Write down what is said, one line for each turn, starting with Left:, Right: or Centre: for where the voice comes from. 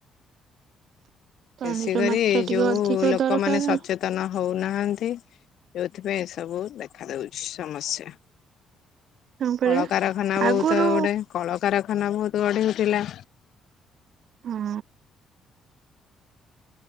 Right: ପାଣିର
Left: ବେଶୀ କରି
Right: ମାତ୍ରା
Left: ଏଇ
Right: ଟିକେ
Left: ଯୋଉ
Right: ଅଧିକ
Left: ଲୋକମାନେ
Right: ଦରକାର
Left: ସଚେତନ ହଉନାହାନ୍ତି ଯେଉଥିପାଇଁ ସବୁ ଦେଖା ଦଉଛି ସମସ୍ୟା।
Right: ହଁ ପରା
Left: କଳକାରଖାନା
Right: ଆଗରୁ
Left: ବହୁତ ଗୋଟେ କଳକାରଖାନା ବହୁତ ଗଢି ଉଠଥିଲା।
Right: ହୁଁ